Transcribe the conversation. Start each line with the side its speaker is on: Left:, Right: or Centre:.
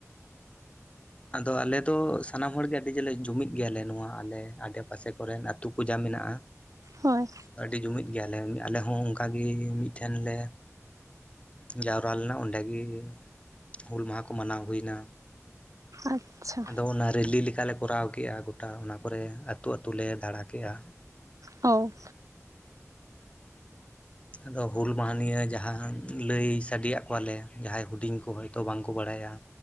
Left: ᱟᱫᱚ ᱟᱞᱮ ᱫᱚ ᱥᱟᱱᱟᱢ ᱦᱚᱲᱜᱮ ᱟᱹᱰᱤ ᱡᱚᱨᱞᱮ ᱡᱩᱢᱤᱫ ᱜᱮᱭᱟ ᱞᱮ ᱱᱚᱣᱟ ᱟᱞᱮ ᱟᱰᱮ ᱯᱟᱥᱮ ᱠᱚᱨᱮᱱ ᱟᱛᱩ ᱠᱚ ᱡᱟ ᱢᱮᱱᱟᱜᱼᱟ
Right: ᱦᱳᱭ
Left: ᱟᱹᱰᱤ ᱡᱩᱢᱤᱫ ᱜᱮᱭᱟᱞᱮ ᱟᱞᱮ ᱦᱚᱸ ᱚᱱᱠᱟ ᱜᱮ ᱢᱤᱫᱴᱷᱮᱱ ᱞᱮ ᱡᱟᱣᱨᱟ ᱞᱮᱱᱟ ᱚᱸᱰᱮ ᱜᱮ ᱦᱩᱞ ᱢᱟᱦᱟᱸ ᱠᱚ ᱢᱟᱱᱟᱣ ᱦᱩᱭ ᱮᱱᱟ
Right: ᱟᱪᱪᱷᱟ
Left: ᱟᱫᱚ ᱚᱱᱟ ᱨᱮᱞᱤ ᱞᱮᱠᱟᱞᱮ ᱠᱚᱨᱟᱣ ᱠᱮᱜᱼᱟ ᱜᱚᱴᱟ ᱚᱱᱟ ᱠᱚᱨᱮ ᱟᱹᱛᱳ ᱟᱹᱛᱳ ᱞᱮ ᱫᱟᱬᱟ ᱠᱮᱜᱼᱟ
Right: ᱚᱻ
Left: ᱟᱫᱚ ᱦᱩᱞ ᱢᱟᱦᱟ ᱱᱤᱭᱟᱹ ᱡᱟᱦᱟᱸ ᱞᱟᱹᱭ ᱥᱟᱰᱮᱭᱟᱜ ᱠᱚᱣᱟᱞᱮ ᱡᱟᱦᱟᱸᱭ ᱦᱩᱰᱤᱧ ᱠᱚ ᱦᱚᱭᱛᱳ ᱵᱟᱝᱠᱚ ᱵᱟᱲᱟᱭᱟ